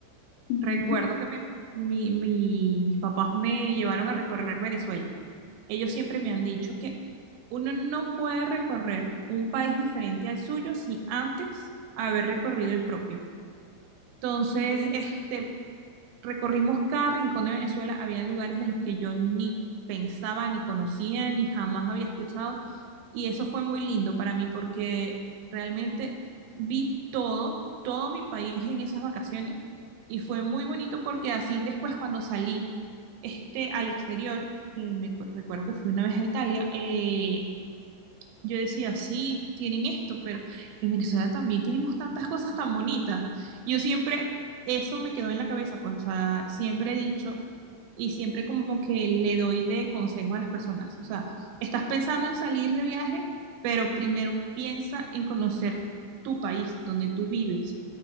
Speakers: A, on the left (about 80°); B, on the right (about 85°).
A: Ujú,
B: Recuerdo que me, mi- mi- mis papás me llevaron a recorrer Venezuela. Ellos siempre me han dicho que uno no puede recorrer un país diferente al suyo sin antes haber recorrido el propio. Entonces,
A: es cierto,
B: este, recorrimos cada rincón de Venezuela. Había lugares en los que yo ni pensaba, ni conocía, ni jamás había escuchado. Y eso fue muy lindo para mí porque realmente vi todo, todo mi país en esas vacaciones. Y fue muy bonito porque así después cuando salí este, al exterior, que me cu- recuerdo que fui una vez a Italia, eh, yo decía, sí, tienen esto, pero en Venezuela también tenemos tantas cosas tan bonitas. Yo siempre, eso me quedó en la cabeza, pues, o sea, siempre he dicho y siempre como que le doy de consejo a las personas. O sea, estás pensando en salir de viaje, pero primero piensa en conocer tu país, donde tú vives.